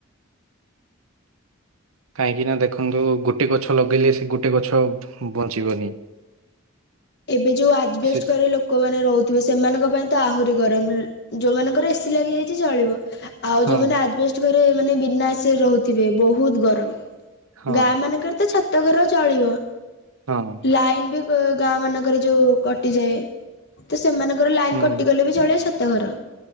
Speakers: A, on the right; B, on the left.
A: କାହିଁକି ନା ଦେଖନ୍ତୁ ଗୋଟେ ଗଛ ଲଗେଇଲେ ସେ ଗୋଟେ ଗଛ ବଞ୍ଚିବନି। <inaudible>
B: ଏବେ ଯୋଉ ଆଜବେଷ୍ଟ
A: ସେ
B: ଘରେ ଲୋକମାନେ ରହୁଥିବେ ସେମାନଙ୍କ ପାଇଁ ଆହୁରି ଗରମ ଯୋଉ ମାନଙ୍କର ଏସି ଲାଗି ଯାଇଛି ଚଳିବ ଆଉ
A: ହଁ
B: ଯୋଉମାନେ ଆଷ୍ଟ ଘରେ ମାନେ ବିନା ଏସି ରେ ରହୁଥିବେ ବହୁତ ଗରମ
A: ହଁ
B: ଗାଁ ମାନଙ୍କରେ ତ ଛା ତ ଘର ଚଳିବ
A: ହଁ
B: ଲାଇନ ବି ଗାଁ ମାନଙ୍କରେ ଯୋଉ କଟିଯାଏ ତ ସେମାନଙ୍କର ଲାଇନ
A: ହୁଁ
B: କଟିଗଲେ ବି ଚଳେଇ ସତ ତ ଘର